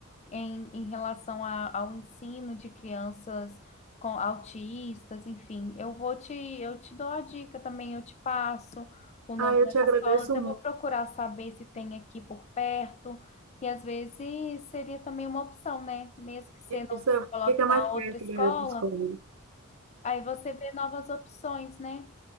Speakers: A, on the left; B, on the right.
A: em, em relação a- ao ensino de crianças com autistas, enfim, eu vou te, eu te dou a dica também, eu te passo o nome
B: Ah, eu
A: das
B: te agradeço
A: escolas, eu vou procurar saber se tem aqui por perto. E às vezes seria também uma opção, né? Mesmo que você não
B: Isso,
A: coloque
B: fica mais
A: na outra
B: perto
A: escola,
B: da outra escola.
A: aí você vê novas opções, né?